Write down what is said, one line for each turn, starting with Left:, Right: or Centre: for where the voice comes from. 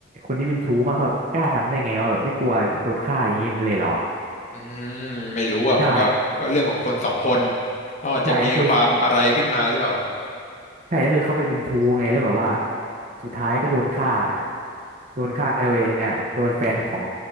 Right: คนที่เป็นชู้มากแบบกล้าทำได้ไงว่าแบบไม่กลัวโดนฆ่าอย่างนี้เลยเหรอ
Left: อืมไม่รู้อ่ะมันก็ก็เรื่องของคนสองคน
Right: ใช่
Left: เขาอาจจะมีความอะไรขึ้นมาหรือเปล่า
Right: ใช่ก็คือใช่ก็คือเขาไปเป็นชู้ไงแล้วแบบว่าสุดท้ายก็โดนฆ่าโดนฆ่าโดยเนี่ยโดนแฟนของ